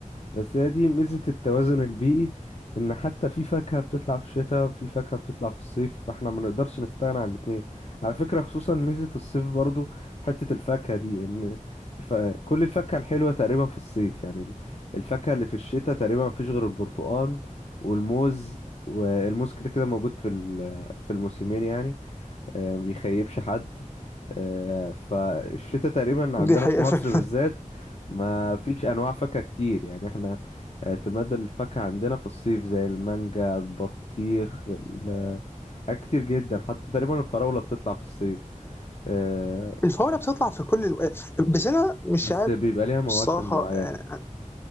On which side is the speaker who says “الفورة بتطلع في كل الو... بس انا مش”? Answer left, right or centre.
Left